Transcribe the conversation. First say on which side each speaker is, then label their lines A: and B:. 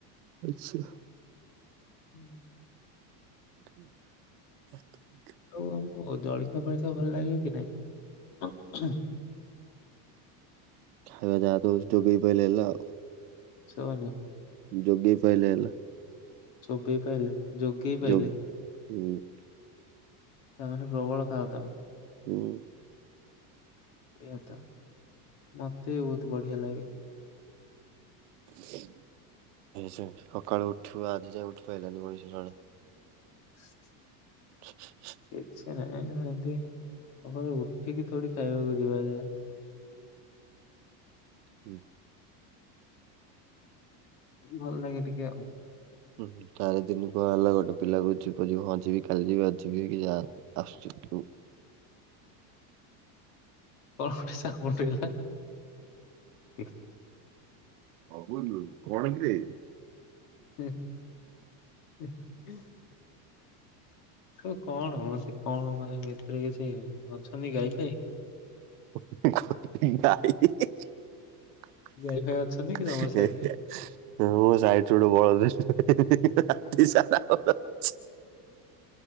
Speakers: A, on the right; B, on the left.
A: ଛୁଁ!
B: ହୁଁ!
A: <inaudible>
B: ଆଉ ଆମକୁ ଜଳଖିଆ ଫଳଖିଆ ଭଲ ଲାଗେ କି ନାହିଁ?
A: ଖାଇବା ଯାହା ଦଉଚି, ଚୋବେଇ ପାଇଲେ ହେଲା ଆଉ।
B: ସୁବୁନି।
A: ଯୋଗେଇ ପାଇଲେ ହେଲା।
B: ଚୋବେଇ ପାଇଲେ। ଯୋଗେଇ ପାଇଲେ।
A: ଯୋ
B: ତା,
A: ହୁଁ
B: ମାନେ ପ୍ରବଳ ଖାଅ ତମେ।
A: ହୁଁ।
B: ଏଇଆ ତ, ମତେ ବହୁତ ବଢିଆ ଲାଗେ।
A: ସେ, ସେ ସକାଳୁ ଉଠିବ ଆଜି ଯାଏ ଉଠି ପାଇଲାନି ମଣିଷ ଜଣେ?
B: <inaudible>
A: ହ
B: କିଛି ନାହିଁ, ଏଁ ତି ସକାଳ ଉଠିକି ଥୋଡି ଖାଇବାକୁ ଯିବା ଯା।
A: ହୁଁ।
B: ଭଲ ଲାଗେ ଟିକେ ଆଉ।
A: ହୁ, ଚାରି ଦିନ କୁଆ ହେଲା ଗୋଟେ ପିଲାକୁ ଯିବ ଯିବ ହଁ ଯିବି କାଲି ଯିବି ଆଜି ଯିବି ହେଇକି ଯା ଆସୁଛି।
B: କଣ ଗୋଟେ ସାଉଣ୍ଡ ହେଲା? ଠିକ
A: ହଗୁଲୁ କଣ କି ରେ।
B: ହୁ! <inaudible> ସେ କଣ ମ, ସେ କଣ ମାନେ ଭିତରୁ କିଛି ଅଛନ୍ତି ଗାଈ ଫାଇ।
A: ଗାଇ ମୋ ସାଇଟ୍ ରୁ
B: ଗାଈ ଫାଇ ଅଛନ୍ତି କି ତମ ସିଆଡେ?
A: ଗୋଟେ ବଳଦ ଖତ ତା ସା